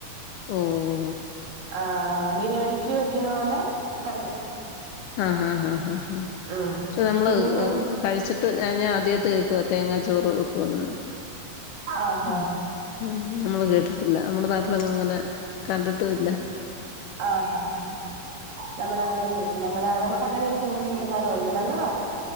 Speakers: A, on the left; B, on the right.
A: ഓഹ്
B: ആഹ് ബിരിയാണിക്ക് വെക്ക്യ്ണ പോലെ തന്നെ.
A: ആഹ് ഹാ ഹാ ഹാ
B: ഉം
A: പക്ഷേ നമ്മള്
B: പിന്നീട്
A: കഴിച്ചിട്ട് ഞാ ഞാൻ ആദ്യായിട്ട് കേക്കുവാ തേങ്ങാ ചോറ് വെക്കുംന്ന്.
B: ആഹ്
A: ഉം.
B: ആഹ്
A: ഉം. നമ്മള് കേട്ടിട്ടില്ല നമ്മുടെ നാട്ടിലെങ്ങും അങ്ങനെ കണ്ടിട്ടു ഇല്ല.
B: ആ ഹാ ഹാ. നമ്മളങ്ങനെ ചെയ്യും. നമ്മളങ്ങനെ നമുക്ക് അങ്ങനെ ഒരു <unintelligible> സംവിധാനം ഉണ്ട് നല്ലതാ അത്.